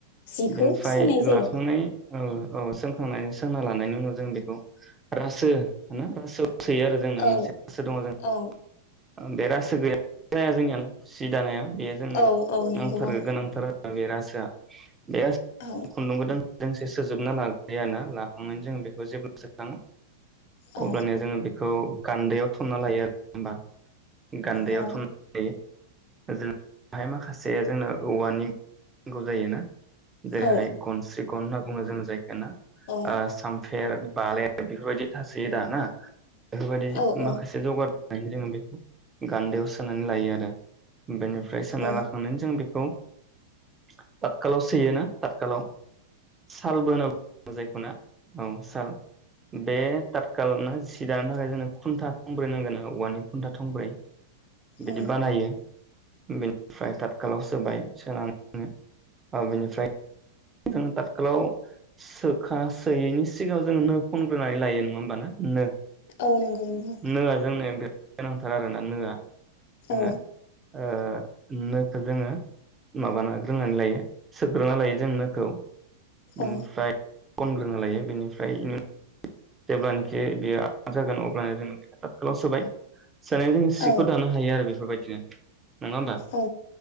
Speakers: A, on the left; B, on the right.
A: जिखौ
B: बेनिफ्राय
A: सोंनाय जायो
B: लाखांनाय। औ औ सोंखांनानै सोंना लानायनि उनाव जों बेखौ रासो होनो। सौ सोयो आरो जोंना
A: औ
B: मोनसे गोसो दङ जों।
A: औ
B: ओ बेे रासो। गै जाया जोंनियाना जि दानाया। बेयो जोंनो
A: औ औ नंगौ
B: नांथारगो
A: औ
B: गोनांथार। जाय रासोआ। बे
A: औ
B: खुन्दुंबोदों। दोंसे सोजोबना लाग्रायाना लाखांनानै जोंङो बेखौ जेब्ला सोखाङो।
A: औ
B: अब्लानिया जोंङो बे। खौ गान्दैयाव थनना लायो आरो होमबा। गान्दैयाव
A: औ
B: थोन लायो। ओजोंहाय माखासे जोंनो औवानि नांगौ जायो ना। जेरै
A: औ
B: हाय गनस्रि गन। बुंङो जों जाय। ना
A: औ
B: ओ सामफेर। बालाया बेफोरबायदि थासोयो दा ना। बेफोरबायदि
A: औ औ
B: माखासे जगार। <unintelligible> गान्दायाव सोनानै लायो आरो। बेनिफ्राय सोना
A: औ
B: लाखांनानै जों बे खौ थतखालाव सोयोना थतखालाव। साल बोनो जायखौ ना। ओं साल बे थाथखाल ना सि दानो थाखाय जोंनो खुन्था थंब्रै नांगोन औवानि। खुन्था थंब्रै। बिदि
A: औ
B: बानायो। बेनिफ्राय थतखालाव सोबाय सोनानै ओ बेनिफ्राय। जोंङ थथिखालाव सोखा सोयैनि सिगाङाव जोङो नो खनग्रोनानै लायो नङा होमब ना नो।
A: औ नांगौ।
B: नोआ जोंनो बिराद गोनांथार आरोना नोआ। जोङो
A: औ
B: ओ नो खो जोङो माबानाग्रोनानै लायो सोग्रोना लायो जोङो नो खौ बिनफ्राय
A: औ
B: कनग्रोना लायो बेनिफ्राय इनि जेब्लानाखि बियो <unintelligible> जागोन अब्लानो जों बेखौ थातखालाव सोबाय। सोनायजों सिखौ
A: औ
B: दानो आरो बेफ बेफोरबायदिनो। नङा होमबा
A: औ